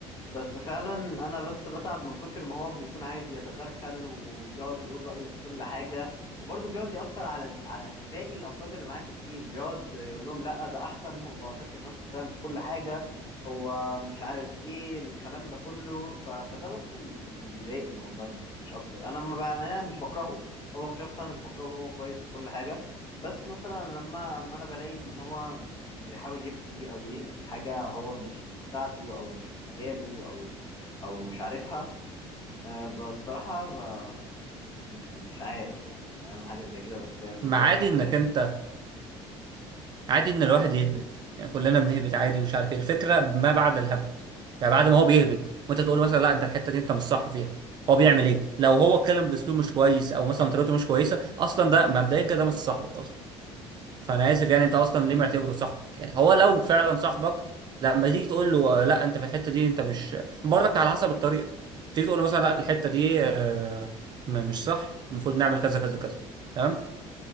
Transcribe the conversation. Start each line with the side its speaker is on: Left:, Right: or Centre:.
Left: بس فعلا انا بس بتعب من كتر ما هو بيكون عايز يتدخل وبيقعد يقول رأيه في كل حاجة وبرضه بيقعد يأثر على على باقي الافراد اللي معاه في التيم بيقعد يقول لهم لا ده احسن هو فاكر نفسه فاهم في كل حاجة هو مش عارف ايه الكلام ده كله ف... فده بس ال- اللي بيضايقني والله مش اكتر انا ما ب... انا مش بكرهه هو كشخص انا مش بكرهه هو كويس في كل حاجة بس مثلا لما اما انا بلاقي ان هو بيحاول يفتي او يهبط في حاجه هو مش مش بتاعته او مش في مجاله او او مش عارفها أه بصراحه ب- مش مش مش عارف يعني فاهم حاجه زي كده بس هي اللي
Right: ما
Left: مجرد
Right: عادي
Left: بتضايقني
Right: انك انت عادي ان الواحد يهبد يعني كلنا بنهبد عادي ومش عارف ايه الفكره ما بعد الهبد يعني بعد ما هو بيهبد وانت تقول مثلا لا انت الحته دي انت مش صح فيها هو بيعمل ايه لو هو اتكلم باسلوب مش كويس او مثلا طريقته مش كويسه اصلا ده مبدئيا كده مش صاحبك اصلا فانا اسف يعني انت اصلا ليه معتبره صاحبك يعني هو لو فعلا صاحبك لما تيجي تقول له آه، لا انت في الحته دي انت مش برضك على حسب الطريقه تيجي تقول له مثلا لا الحته دي آه، م- مش صح المفروض نعمل كذا كذا كذا تمام